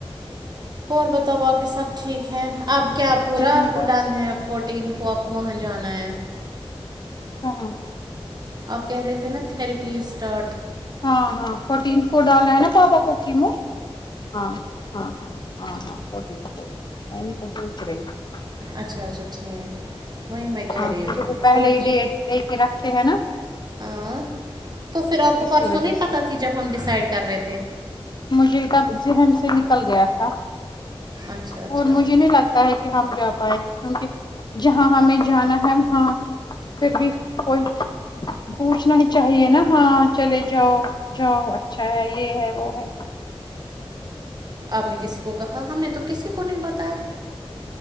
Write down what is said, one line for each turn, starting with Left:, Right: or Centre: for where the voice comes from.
Right: اور بتاؤ باقی سب ٹھیک ہے اب کیا پورا
Left: جی
Right: آپ کو
Left: بس
Right: ڈن ہے فورٹین کو آپ کو وہاں جانا ہے
Left: ہاں ہاں
Right: آپ کیا رتھےنا تھھیریپیز سٹاٹ
Left: ہاں ہاں فورٹینتھ کو ڈالا ہے نا پابا کوکمو ہاں ہاں ہاں ہاں ہاں میں کو پوچھ رہے ہیں
Right: اچھا اچھا ٹھیک وہیں میں کہہ
Left: ہاں
Right: رہی
Left: کیونکہ
Right: ہوں
Left: وہ پہلے
Right: فورٹی
Left: ہی ڈیٹ لے کے رکھتے ہیں نا
Right: ہاں تو پھر آپ کو
Left: اسی
Right: پرسوں
Left: وجہ
Right: نہیں
Left: سے
Right: پتہ تھی جب ہم ڈیسائڈ کر رہے تھے
Left: مجھے کب ذہن سے نکل گیا تھا
Right: اچھا اچھا
Left: اور مجھے نہیں لگتا ہے کہ ہم جا پائیں گے کیونکہ جہاں ہمیں جانا ہے وہاں پھر بھی کوئی پوچھنا ہی چاہیے نا ہاں چلے جاؤ جاؤ اچھا ہے یہ ہے وہ ہے
Right: آپ نے کسی کو کہا ہم نے تو کسی کو نہیں بتایا